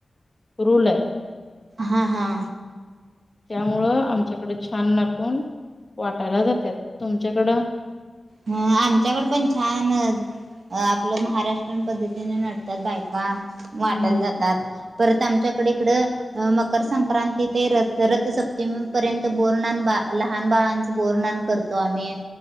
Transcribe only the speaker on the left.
रूल आहे.
त्यामुळं आमच्याकडं छान नाटून वाटायला जात्यात तुमच्याकडं
हम् हम्
हम